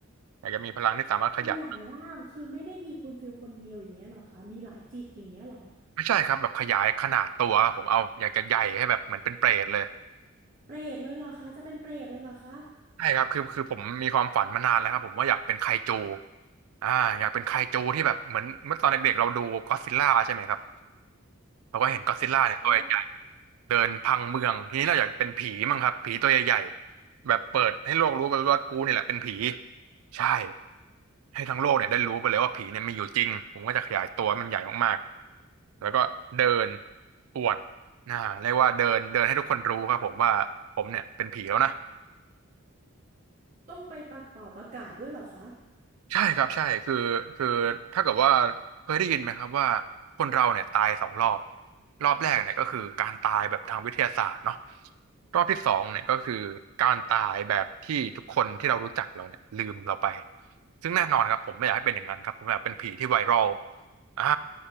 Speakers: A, on the right (about 85°); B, on the right (about 35°).
A: อยากจะมีพลังที่สามารถขยาย
B: ขยายร่างคือไม่ได้มีคุณฟิลคนเดียวอย่างเงี้ยเหรอคะมีหลายจิตอย่างเงี้ยเหรอ
A: ไม่ใช่ครับแบบขยายขนาดตัวครับผมเอาอยากจะใหญ่ให้แบบเหมือนเป็นเปรตเลย
B: เปรตเลยเหรอคะจะเป็นเปรตเลยเหรอคะ
A: ใช่ครับคือคือผมมีความฝันมานานแล้วครับผมว่าอยากเป็นไคจูอ่าอยากเป็นไคจูที่แบบเหมือนเมื่อตอนเด็กๆเราดูก็อดซิลล่าใช่ไหมครับเราก็เห็นก็อดซิลล่าเนี่ยตัวใหญ่
B: โอ้โห
A: เดินพังเมืองทีนี้เราอยากเป็นผีมั้งครับผีตัวใหญ่ๆแบบเปิดให้โลกรู้ไปว่ากูเนี่ยแหละเป็นผีใช่ให้ทั้งโลกเนี่ยได้รู้ไปเลยว่าผีเนี่ยมีอยู่จริงผมก็จะขยายตัวให้มันใหญ่มากๆแล้วก็เดินอวดนะเรียกว่าเดินเดินให้ทุกคนรู้ครับผมว่าผมเนี่ยเป็นผีแล้วนะ
B: ต้องไปปากเป่าประกาศด้วยเหรอคะ
A: ใช่ครับใช่คือคือถ้าเกิดว่าเคยได้ยินไหมครับว่าคนเราเนี่ยตายสองรอบรอบแรกเนี่ยก็คือการตายแบบทางวิทยาศาสตร์เนาะรอบที่สองเนี่ยก็คือการตายแบบที่ทุกคนที่เรารู้จักเราเนี่ยลืมเราไปซึ่งแน่นอนครับผมไม่อยากให้เป็นอย่างนั้นครับผมอยากเป็นผีที่ไวรัลอ่า